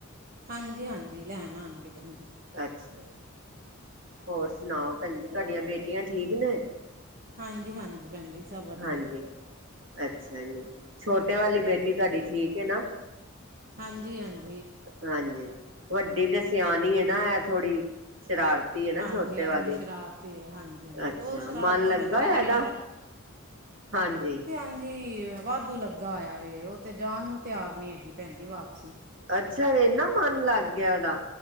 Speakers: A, on the right (about 45°); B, on the right (about 65°).
A: ਹਾਂਜੀ-ਹਾਂਜੀ, ਲੈਣ ਆਣਗੇ ਭੈਣ ਜੀ।
B: ਅੱਛਾ ਜੀ, ਹੋਰ ਸੁਣਾਓ? ਭੈਣ ਜੀ ਤੁਹਾਡੀਆਂ ਬੇਟੀਆਂ ਠੀਕ ਨੇ?
A: ਹਾਂਜੀ-ਹਾਂਜੀ, ਭੈਣਜੀ ਸਭ ਵਧੀਆ।
B: ਹਾਂਜੀ ਅੱਛਾ ਜੀ ਛੋਟੇ ਵਾਲੀ ਬੇਟੀ ਤੁਹਾਡੀ ਠੀਕ ਹੈ ਨਾ,
A: ਹਾਂਜੀ-ਹਾਂਜੀ।
B: ਹਾਂਜੀ ਵੱਡੀ ਤੇ ਸਿਆਣੀ ਹੈ ਨਾ, ਇਹ ਥੋੜ੍ਹੀ ਸ਼ਰਾਰਤ ਨਾ
A: ਹਾਂਜੀ
B: ਛੋਟੇ
A: ਆ
B: ਵਾਲੇ
A: ਥੋੜੀ ਸ਼ਰਾਰਤੀ ਹੈ ਹਾਂਜੀ ਹਾਂਜੀ
B: ਅੱਛਾ
A: ਉਹ ਸ਼ਰਾਰਤਾਂ
B: ਮਨ ਲੱਗਾ
A: ਬੱਚੇ
B: ਇਹਦਾ
A: ਜਿਹੜੇ
B: ਹਾਂਜੀ,
A: ਭੈਣ ਜੀ ਵਾਧੂ ਲੱਗਾ ਆਇਆ, ਵੇ ਉਹ ਤੇ ਜਾਣ ਨੂੰ ਤਿਆਰ ਨੀ ਹੈਗੀ ਭੈਣ ਜੀ ਵਾਪਸੀ।
B: ਅੱਛਾ ਇੰਨਾ ਮਨ ਲੱਗ ਗਿਆ, ਉਹਦਾ